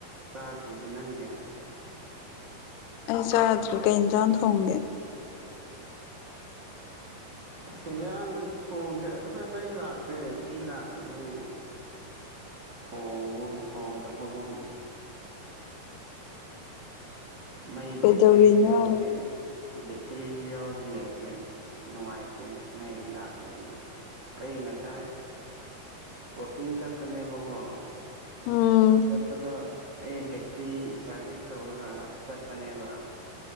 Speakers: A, on the right; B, on the left.
A: ꯆꯥꯗ꯭ꯔꯤꯗ ꯅꯪꯗꯤꯦ
B: ꯑꯩ ꯆꯥꯗ꯭ꯔꯤ ꯀꯩ ꯏꯟꯖꯥꯡ ꯊꯣꯡꯒꯦ
A: ꯁꯦꯟꯌꯥꯡꯒꯁꯦ ꯊꯣꯡꯁ꯭ꯔꯦ ꯑꯩꯈꯣꯏ ꯃꯩ ꯂꯥꯛꯇꯦ ꯃꯩ ꯂꯥꯛꯇꯕꯗ ꯑꯩꯏ
B: <unintelligible>
A: ꯊꯣꯡꯒꯨꯝ ꯊꯣꯡꯗꯕꯒꯨꯝ ꯃꯩ
B: ꯀꯩꯗꯧꯔꯤꯅꯣ
A: ꯕꯦꯇꯔꯤꯁꯨ ꯌꯥꯎꯗꯦ ꯇ꯭ꯔꯤꯁꯨ ꯌꯥꯎꯗꯦ ꯑꯗꯨꯗ ꯑꯁ ꯅꯨꯡꯉꯥꯏꯇꯦ ꯃꯩ ꯂꯥꯛꯄꯗꯨꯒꯤ ꯑꯩ ꯉꯁꯥꯏ <unintelligible> ꯋꯥꯀꯤꯡ ꯆꯞꯇꯅꯦꯕꯒꯣ
B: ꯎꯝ
A: ꯆꯠꯄꯗꯣ ꯑꯩ ꯕꯦꯇ꯭ꯔꯤ ꯆꯥꯔꯖꯤꯡ ꯇꯧꯔꯒ ꯆꯠꯄꯅꯦꯕ